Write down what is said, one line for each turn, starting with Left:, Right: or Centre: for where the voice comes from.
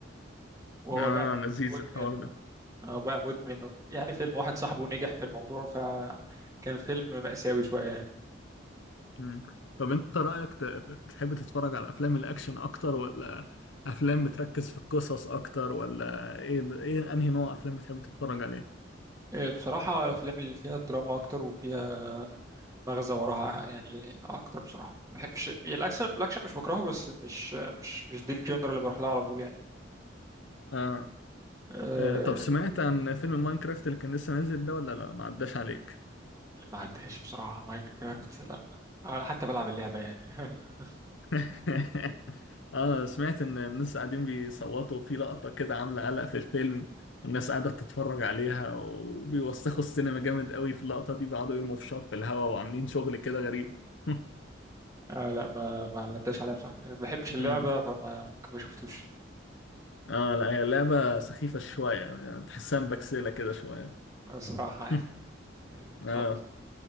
Right: وهو
Left: اه
Right: بقى
Left: لذيذ
Right: مدمن
Left: الحوار ده
Right: اه بقى مدمن يعني فيلم واحد صاحبه نجح في الموضوع فكان فيلم مأساوي شوية يعني.
Left: مم. طب انت رايك ت- تحب تتفرج على افلام الاكشن اكتر ولا افلام بتركز في القصص اكتر ولا ايه ب... ايه انهي نوع افلام بتحب تتفرج عليه
Right: إيه، بصراحة الأفلام اللي فيها دراما أكتر وفيها مغزى وراها يعني أكتر بصراحة ما بحبش يعني الأكشن الأكشن مش بكرهه بس مش مش مش دي الجنر اللي بروح لها على طول يعني
Left: اه
Right: أه
Left: آه، طب سمعت عن فيلم ماينكرافت اللي كان لسه نازل ده ولا لا ما عداش عليك
Right: ما عداش بصراحة ماينكرافت لا أنا حتى بلعب اللعبة يعني <laughs>
Left: <laughs> اه سمعت ان الناس قاعدين بيصوتوا في لقطة كده عاملة قلق في الفيلم والناس قاعدة بتتفرج عليها وبيوسخوا السينما جامد قوي في اللقطة دي بيقعدوا يرموا فشار في الهواء وعاملين شغل كده غريب <laughs>
Right: أه لا ما ما عداش عليها بصراحة أنا ما بحبش
Left: مم.
Right: اللعبة فما ممكن ما شفتوش
Left: اه لا هي لعبة سخيفة شوية يعني تحسها مبكسلة كده شوية
Right: بصراحة يعني
Left: <laughs>
Right: إيه، خالص
Left: اه